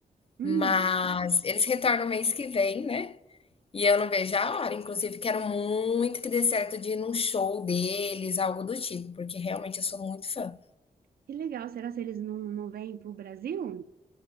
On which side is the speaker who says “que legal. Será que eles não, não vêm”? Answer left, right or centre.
Right